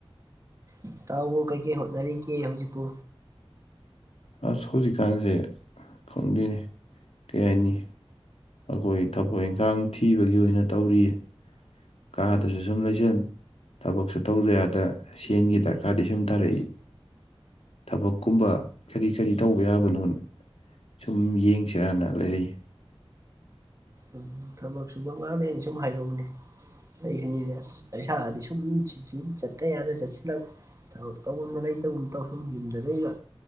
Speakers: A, on the right; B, on the left.
A: ꯏ ꯇꯥꯎꯕꯨ ꯀꯩꯀꯩ ꯍꯣꯠꯅꯔꯤꯒꯦ ꯍꯧꯖꯤꯛꯄꯨ
B: ꯑꯁ ꯍꯧꯖꯤꯛꯀꯥꯟꯁꯦ ꯈꯪꯗꯦꯅꯦ ꯀꯩ ꯍꯥꯏꯅꯤ ꯑꯩꯈꯣꯏ ꯊꯕꯛ ꯏꯟꯈꯥꯡ ꯊꯤꯕꯒꯤ ꯑꯣꯏꯅ ꯇꯧꯔꯤꯌꯦ ꯀꯥꯗꯁꯨ ꯁꯨꯝ ꯂꯩꯁꯤꯟ ꯊꯕꯛꯁꯨ ꯇꯧꯗ ꯌꯥꯗ ꯁꯦꯟꯒꯤ ꯗꯔꯀꯥꯔꯗꯤ ꯁꯨꯝ ꯇꯥꯔꯛꯏ ꯊꯕꯛꯀꯨꯝꯕ ꯀꯔꯤ ꯀꯔꯤ ꯇꯧꯕ ꯌꯥꯕꯅꯣꯅ ꯁꯨꯝ ꯌꯦꯡꯁꯤꯔꯥꯟꯅ ꯂꯩꯔꯛꯏ
A: ꯎꯝ ꯊꯕꯛ ꯁꯨꯕ ꯉꯥꯡꯔꯦ ꯑꯩꯅ ꯁꯨꯝ ꯍꯥꯏꯔꯧꯅꯦ ꯑꯩꯁꯨꯅꯤꯁꯦ ꯑꯁ ꯄꯩꯁꯥꯗꯤ ꯁꯨꯝ ꯆꯠꯇ ꯌꯥꯗ ꯆꯠꯁꯤꯜꯂꯛ ꯊꯕꯛ ꯇꯧꯐꯝꯗ ꯂꯩꯇꯨꯝ ꯇꯧꯐꯝꯨꯝ ꯌꯨꯝꯗ ꯂꯩꯩꯒ